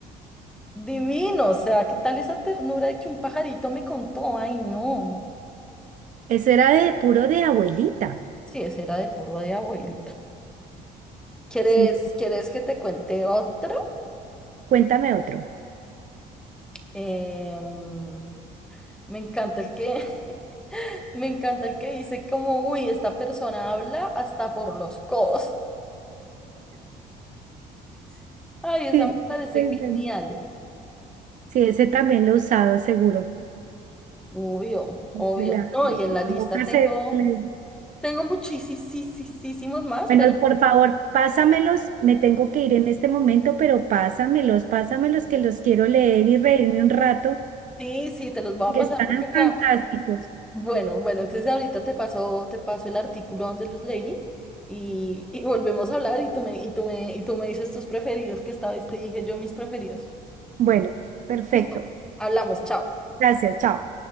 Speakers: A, in the centre; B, on the right.
A: Divino, o sea, ¿qué tal esa ternura de que un pajarito me contó? Ay, no.
B: eso era de puro de abuelita.
A: Sí, ese era de puro de abuelita. ¿Quieres,
B: Sí,
A: quieres que te cuente otro?
B: cuéntame otro.
A: Em, me encanta el que, <laughs> me encanta el que dice como, uy, esta persona habla hasta por los codos. <laughs> Ay, esa
B: Sí,
A: me parece
B: muy
A: genial.
B: bueno. Sí, ese también lo he usado, seguro.
A: Obvio, obvio.
B: la-
A: No, y en la lista
B: la boca
A: tengo,
B: se le-
A: tengo muchísimos más,
B: Bueno,
A: pero
B: por favor, pásamelos. Me tengo que ir en este momento, pero pásamelos, pásamelos que los quiero leer y reírme un rato,
A: sí, sí, te los voy a
B: que
A: pasar
B: están
A: porque acá.
B: fantásticos.
A: Bueno, bueno, entonces ahorita te paso, te paso el artículo donde los leí y, y volvemos a hablar y tú me, y tú me, y tú me dices tus preferidos, que esta vez te dije yo mis preferidos.
B: Bueno, perfecto.
A: Listo, hablamos, chao.
B: Gracias, chao.